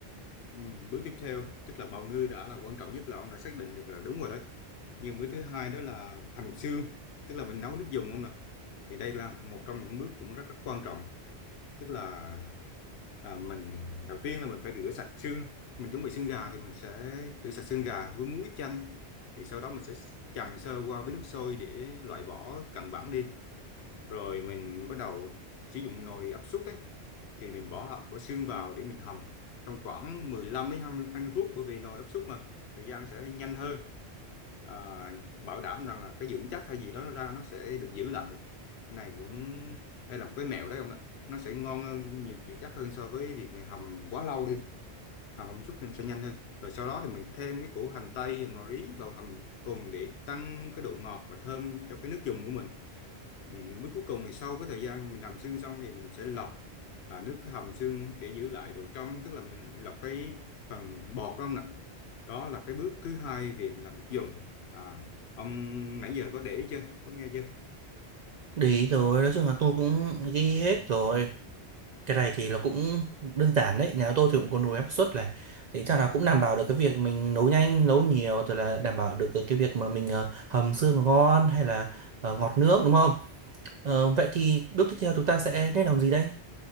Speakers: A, on the left; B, on the right.
A: ừ, bước tiếp theo tức là bào ngư đã là quan trọng nhất là ông đã xác định được là đúng rồi đấy nhưng bước thứ hai đó là hầm xương tức là mình nấu nước dùng ông ạ thì đây là một trong những bước cũng rất rất quan trọng tức là à, mình đầu tiên là mình phải rửa sạch xương mình chuẩn bị xương gà thì mình sẽ rửa sạch xương gà với muối ít chanh thì sau đó mình sẽ chần sơ qua với nước sôi để loại bỏ cặn bẩn đi rồi mình bắt đầu sử dụng nồi áp suất ấy thì mình bỏ hạt- bỏ xương vào để mình hầm trong khoảng 15 đến hai mươi hai mươi phút bởi vì nồi áp suất mà thời gian sẽ nhanh hơn à, bảo đảm rằng là cái dưỡng chất hay gì đó nó ra nó sẽ được giữ lại này cũng đây là một cái mẹo đấy ông ạ nó sẽ ngon hơn nhiều dưỡng chất hơn so với việc mình hầm quá lâu đi hầm hầm chút thì nó sẽ nhanh hơn rồi sau đó thì mình thêm cái củ hành tây hành ngò rí vào hầm cùng để tăng cái độ ngọt và thơm cho cái nước dùng của mình Ừ, bước cuối cùng thì sau cái thời gian mình hầm xương xong thì mình sẽ lọc à, nước hầm xương để giữ lại độ trong tức là mình lọc cái phần bọt không nè đó là cái bước thứ hai việc làm nước dùng à, ông nãy giờ có để ý chưa có nghe chưa
B: Để ý rồi, nói chung là tôi cũng ghi hết rồi. Cái này thì nó cũng đơn giản đấy, nhà tôi thì cũng có nồi áp suất này. Thì chắc là cũng đảm bảo được cái việc mình nấu nhanh, nấu nhiều, rồi là đảm bảo được cái cái việc mà mình ờ, hầm xương nó ngon hay là ờ, ngọt nước đúng không? Ờ, vậy thì bước tiếp theo chúng ta sẽ nên làm gì đây?